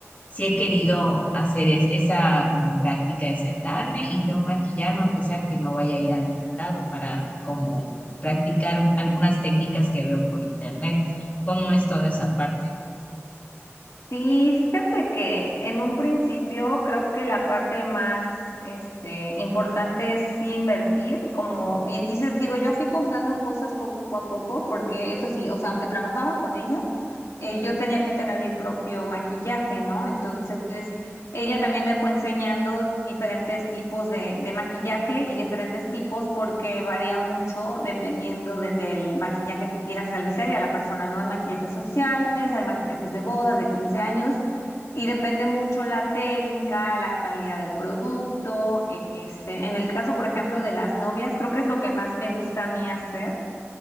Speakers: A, on the left; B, on the left.
A: sí he querido hacer es- esa como práctica de sentarme y yo maquillarme, aunque sea que no vaya a ir a ningún lado para como practicar un- algunas técnicas que veo por internet. ¿Cómo es toda esa parte?
B: sí, fíjate que en un principio creo que la parte más, este, importante es sí invertir. Como bien dices, digo, yo fui comprando cosas poco a poco, porque eso sí, o sea, aunque trabajaba con ella, eh, yo tenía que tener mi propio maquillaje, ¿no? Entonces, Ella también me fue enseñando diferentes tipos de, de maquillaje y diferentes tipos porque varía mucho dependiendo de- del maquillaje que quieras realizar y a la persona, ¿no? Hay maquillajes sociales, hay maquillajes de bodas, de 15 años y depende mucho la técnica, la calidad del producto. eh, Este, en el caso, por ejemplo, de las novias, creo que es lo que más me gusta a mí hacer